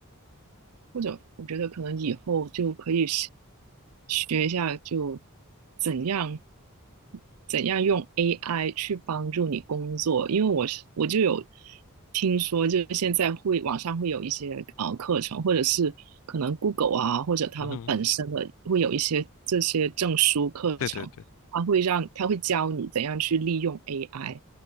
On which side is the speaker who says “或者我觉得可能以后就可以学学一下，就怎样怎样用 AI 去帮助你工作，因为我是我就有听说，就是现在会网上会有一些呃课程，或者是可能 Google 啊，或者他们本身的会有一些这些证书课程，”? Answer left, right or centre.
Right